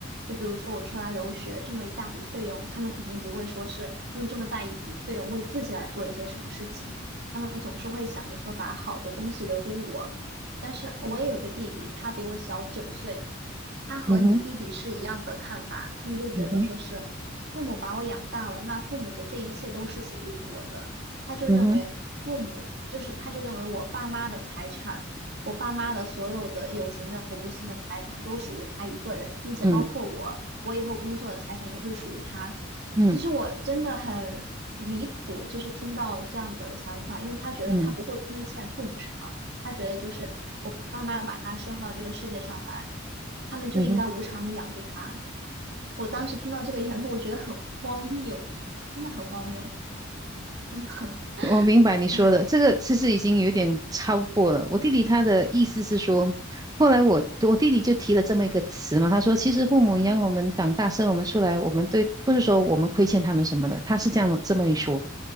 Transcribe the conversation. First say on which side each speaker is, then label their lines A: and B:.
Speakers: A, on the right (about 55°); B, on the right (about 20°).
A: 就比如说我出来留学这么一大笔费用，他们肯定不会说是用这么大一笔费用为自己来做一些什么事情，他们总是会想着说把好的东西留给我。但是我也有个弟弟，他比我小九岁，他和你弟弟是一样的看法，
B: 嗯哼，
A: 他们就觉得说是父母把我养大了，
B: 嗯哼，
A: 那父母的这一切都是属于他就认为父母就是他就认为我爸妈的财产，
B: 嗯哼，
A: 我爸妈的所有的有形的、无形的财产都属于他一个人，并且包括我，
B: 嗯
A: 我以后工作的财产也会属于他。
B: 嗯
A: 其实我真的很离谱，就是听到这样的想法，因为他觉得他不会亏欠父母什么，
B: 嗯
A: 他觉得就是我爸妈把他生到这个世界上来，他们就应该无偿的养育他。
B: 嗯哼。
A: 我当时听到这个言论，我觉得很荒谬，真的很荒谬。真的，<laughs>
B: 我明白你说的，
A: 哎，
B: 这个其实已经有点超过了。我弟弟他的意思是说，后来我我弟弟就提了这么一个词嘛，他说其实父母养我们长大，
A: 嗯嗯
B: 生我们出来，我们对不是说我们亏欠他们什么的，他是这样的这么一说。